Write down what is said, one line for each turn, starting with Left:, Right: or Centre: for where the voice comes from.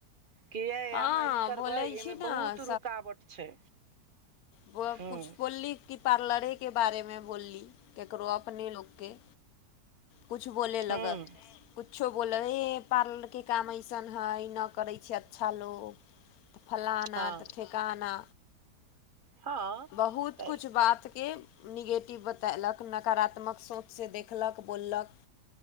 Right: कि ये
Left: हँ
Right: आहाँ ई करबै
Left: बोलै
Right: एहिमे
Left: छी न
Right: बहुत रुकावट छै
Left: वह
Right: हूँ
Left: किछु बोलली कि पार्लरे के बारेमे बोलली ककरो अपने लोक के कछु बोलय लगत
Right: हूँ
Left: किछो बोलै हे पार्लर के काम अइसन हइ ई नाऽ करै छै अच्छा लोग तऽ फलाना
Right: हँ
Left: तऽ ठेकाना
Right: हँ
Left: बहुत
Right: तऽ
Left: कछु बात के निगेटिव बतेलक नकारात्मक सोच से देखलक बोललक